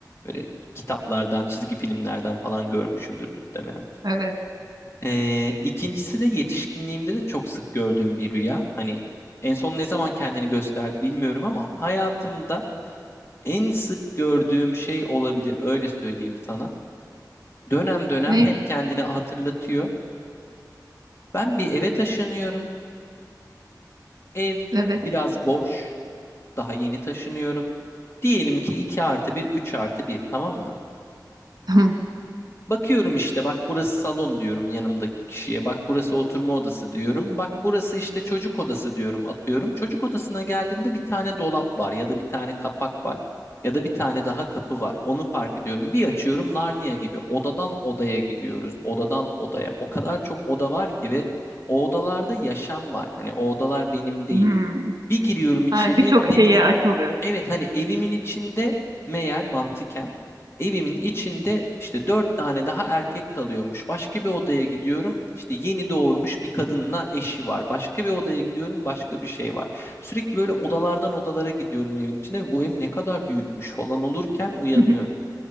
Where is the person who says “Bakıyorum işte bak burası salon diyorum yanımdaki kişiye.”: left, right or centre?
Left